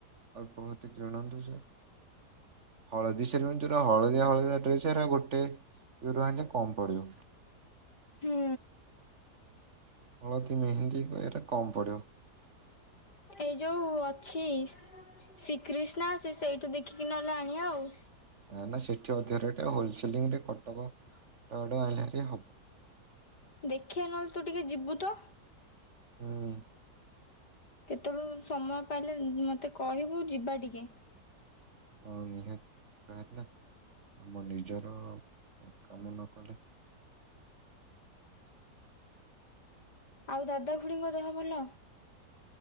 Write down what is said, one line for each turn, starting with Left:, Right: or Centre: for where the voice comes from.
Right: ଅଳ୍ପତି କିଣନ୍ତୁ ସେ ହଳଦୀ ସେରିମନି ଯଉରା ହଳଦିଆ ହଳଦିଆ ଡ୍ରେସ ଗୋଟେ ରୁ ଆଣିଲେ କମ ପଡିବ।
Left: ହୁଁ
Right: ହଳଦୀ ମେହେନ୍ଦୀ ଏଇରା କମ ପଡ଼ିବ।
Left: ଏଇ ଯୋଉ ଅଛି। ଶ୍ରୀକ୍ରୀିଷ୍ଣା ସେ ସେଇଠୁ ଦେଖିକି ନହେଲେ ଆଣିବା ଆଉ
Right: ନା ନା ସେଠି ଅଧିକା ରେଟ ହୋଲସେଲିଂରେ କଟକ ଆଡୁ ଆଣିଲେ ଭାରି ହବ
Left: ଦେଖିବା ନହେଲେ ତୁ ଟିକେ ଯିବୁ ତ
Right: ହୁଁ
Left: କେତେଳୁ ସମୟ ପାଇଲେ ମତେ କହିବୁ ଯିବା ଟିକେ
Right: କଣ ନିହାତି ନା ଆମ ନିଜର କାମ ନ କଲେ
Left: ଆଉ ଦାଦା ଖୁଡିଙ୍କ ଦେହ ଭଲ?